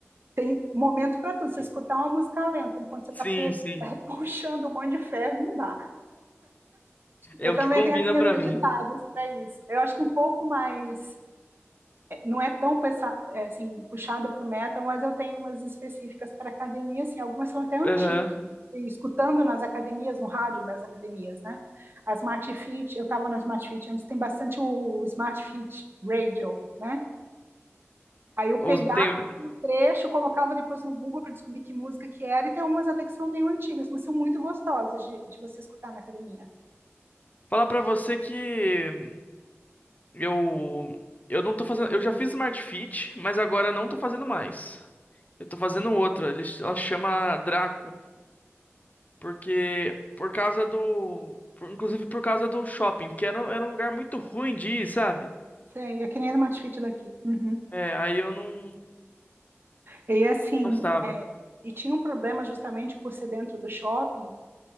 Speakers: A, on the right; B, on the left.
A: tem momento para tudo. Você escutar uma música lenta enquanto você
B: Sim,
A: está pe-
B: sim.
A: <laughs> é, puxando um monte de ferro, não dá.
B: É
A: Eu
B: o
A: também
B: que combina
A: tenho assim
B: pra
A: as agitadas
B: mim.
A: para isso. Eu acho que um pouco mais não é tão assim, puxada para o metal, mas eu tenho umas específicas para academia, assim, algumas são até antigas,
B: Aham.
A: escutando nas academias, no rádio das academias, né? A Smart Fit, eu estava na Smart Fit antes, tem bastante o Smart Fit Radio, né? Aí eu
B: Ou
A: pegava
B: tenho.
A: assim, um trecho, colocava depois no Google para descobrir que música que era, e tem algumas até que são meio antigas, mas são muito gostosas de, de você escutar na academia.
B: Falar pra você que. Eu eu não tô fazendo, eu já fiz Smart Fit, mas agora não tô fazendo mais. Eu tô fazendo outra, ele- ela chama Draco, porque por causa do, por- inclusive por causa do shopping, porque era, era um lugar muito ruim de ir, sabe?
A: Sei, é que nem a Smart Fit daqui. Uhum.
B: É, aí eu não
A: E assim,
B: gostava.
A: e tinha um problema justamente por ser dentro do shopping,